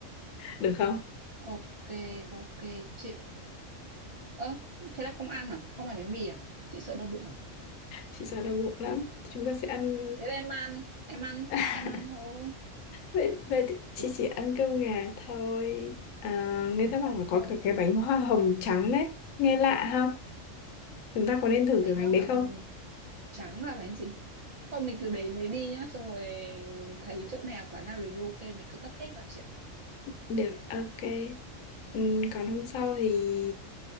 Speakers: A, on the left; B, on the right.
A: <laughs> được không?
B: ok ok chị ơ thế là không ăn à không ăn bánh mì à chị sợ đau bụng à
A: Chị sợ đau bụng lắm. Chúng ta sẽ ăn
B: thế là em ăn em ăn
A: <laughs>
B: em ăn thôi
A: vậy vậy thì chị
B: Ừ,
A: chỉ ăn cơm gà thôi. À, người ta bảo
B: ok
A: là có cả cái bánh hoa hồng trắng đấy, nghe lạ ha. Chúng ta có nên thử
B: bánh
A: cái bánh
B: hoa
A: đấy không?
B: hồng trắng là bánh gì thôi mình cứ đến đấy đi nhá xong rồi thấy chỗ nào quán nào review ok mình cứ tấp hết vào chị ạ
A: Được, ok. Ừm, còn hôm sau thì